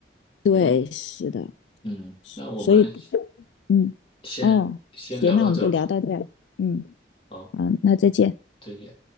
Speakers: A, on the left; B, on the left.
A: 对，
B: 要，
A: 是的。
B: 嗯，那我们
A: 所以嗯，
B: 先先聊到这吧。
A: 哦，行，那我们就聊到这儿嗯，
B: 好，
A: 好，那再见。
B: 再见。